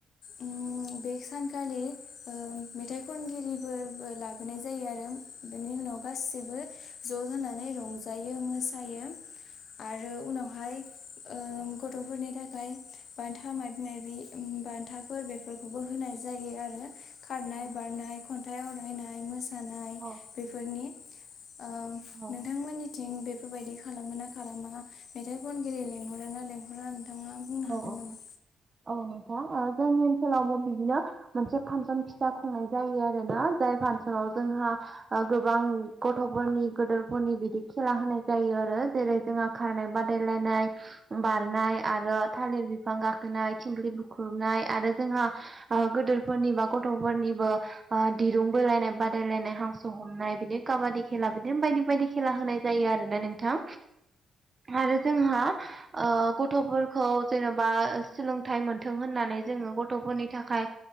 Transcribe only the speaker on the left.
उम बे सानखालि ओ मेथाइ खनगिरिफोरबो लाबोनाय जायो आरो बेनि उनाव गासिबो ज' जानानै रंजायो मोसायो आरो उनावहाय ओम गथ'फोरनि थाखाय बान्था माइबा माइबि उम बान्थाफोर बेफोरखौबो होनाय जायो आरो। खारनाय
बारनाय खन्थाइ आवरायनाय मोसानाय
बेफोरनि ओम
नोंथांमोननि थिं बेफोरबायदि खालामोना खालामा मेथाइ खनगिरि लिंहरोना लेंंहरा नोंथाङा बुंनो
हागोन नामा?